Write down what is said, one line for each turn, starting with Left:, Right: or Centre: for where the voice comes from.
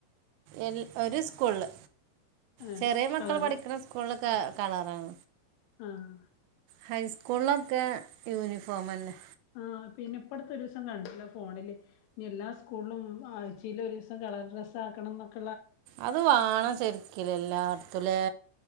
Right: എൽ ഒര് സ്കൂൾള്
Left: ആ
Right: ചെറിയ മക്കൾ
Left: കളറ്
Right: പഠിക്ക്ണ സ്കൂളിലൊക്കെ കളറാണ്
Left: ആഹ്
Right: ഹൈസ്കൂളിലൊക്കെ യൂണിഫോമല്ലേ
Left: ആ പിന്നെ പ്പട്ത്ത് ഒരീസം കാണ്ട്ലേ ഫോണില് ഇനി എല്ലാ സ്കൂളിലും ആഴ് ചയിൽ ഒരീസം കളർ ഡ്രസ്സ് ആക്കണം ന്നൊക്കെ
Right: അത് വേണം ശരിക്കില് എല്ലാട് ത്തുല്ലേ